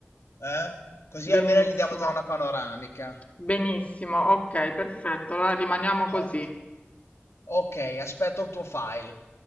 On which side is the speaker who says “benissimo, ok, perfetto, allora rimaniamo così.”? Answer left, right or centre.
Left